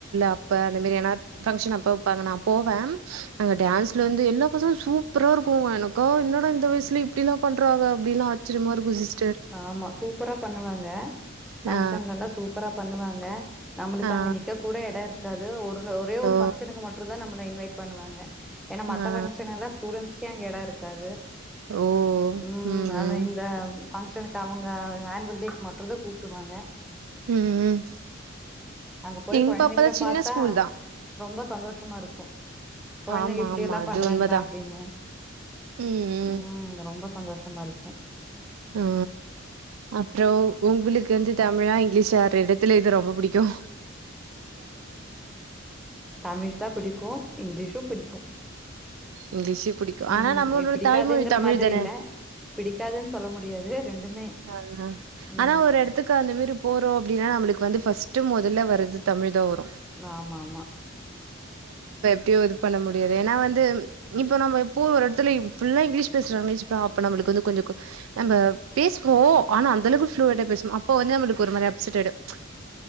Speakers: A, on the right; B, in the centre.
A: அப்ப அந்த மாரிப்ப வப்பாங்க நான் போவேன்ங்கான்ல வந்து எல்லா பசும் சூப்பரா இருக்கும்ங்க என என்ன இந்த வயசுல இப்டில்லாம் பண்றாங்க அப்டில்லாம் அச்சுரியமாசிச்ச
B: ஆமா சூப்பரா பண்ணுவாங்க
A: ஆ
B: பங்கஷன்லல்லாம் ச அப்புறோ பண்ணுவாங்க நம்மளுக்கு
A: ஆ
B: அங்க நிக்க கூட இடம் இருக் இருது ஒரு ஒரே ஒரு
A: ஆ ஓ
B: பபங்கஷனுக்கு மட்டும் தான் நம்ள இன்வைட் பண்ணுவாங்க ஏன்னா
A: ஆ
B: மத்த பங்க்ஷன் எல்லாம் ஸ்டூடென்ஸ்கே அங்க இடம் இருக்காது
A: ஓ
B: உம்
A: ம்
B: அத
A: ம்
B: இந்த <inaudible> அவங்க ஹனவேல் டேக்கு மற்றதா கூப்பிடுவாங்க
A: ம் ம்
B: அங்க போய்
A: எங்க
B: கொழந்தைங்கள
A: பாப்பா த சின்னஸ்கூல்
B: பாத்தா
A: தான்
B: ரொம்ப சந்தோஷமா இருக்கும் கெழந்தைங்க
A: ஆமா
B: இப்டிய
A: ஆமா
B: எல்லாம்
A: அது
B: பண்றாங்களா
A: உண்மதா
B: அப்டின்னு
A: ம் ம்
B: உம் ரொம்ப சந்தோஷமா இருக்கும்
A: ஆ அப்பறம் உங்களுக்கு வந்து தமிழ் இங்கிலீஷ் இடத்துல இது ரொம்ப பிடிக்கும்
B: தமிழ் தான் பிடிக்கும் இங்கிலீஷும் பிடிக்கும்
A: இங்கிலீஷு புடிக்கு
B: உம்
A: ஆனா நம்மளோட
B: பிடிக்காதுங்கிற
A: தாய்மொழி தமிழ்
B: மாரி
A: தானே
B: இல் பிடிக்காதுன்னு சொல்ல முடியாது ரெண்டுமே
A: ஆஹஹ
B: ம்
A: ஆனா ஒரு இடத்துக்கு அந்த மாரி போறோம் அப்டின்னா நம்மளுக்கு வந்து பஸ்ட் பஸ்ட் முதல்ல வருது தமிழ் தான் ஒரு
B: ஆமா ஆமா
A: <unintelligible> பண்ண முடியாது ஏன்னா வந்து இப்ப நம்ம எப்போ ஒரு இடத்துல ஃபுல்லா இங்கிலீஷ் பேசுறாங்களே மிஸ் அப்ப நம்மளுக்கு வந்து கொஞ்சம் நம்ம பேசுவோம் ஆனா அந்தளவுக்கு ப்ளூயட்டா பேசுனும் அப்ப வந்து நம்மளுக்கு ஒரு மாரி அப்சட் ஆயிடும்